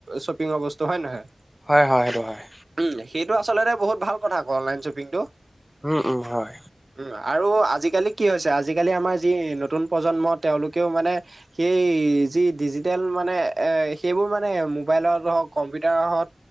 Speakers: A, on the right (about 60°); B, in the centre.
A: শ্বপিংৰ বস্তু হয় নে নহয়?
B: হয় হয় সেইটো হয়।
A: উম, সেইটো আচলতে বহুত ভাল কথা ক অনলাইন শ্বপিংটো।
B: উম, উম, হয়,
A: উম আজিকা - লি কি হৈছে, আজিকালি আমাৰ যি নতুন প্ৰজন্ম, তেওঁলোকেও মানে সেই যি ডিজিট - ম মানে এ সেইবোৰ মানে মোবাইলত হওক, কম্পিউটাৰ হওক,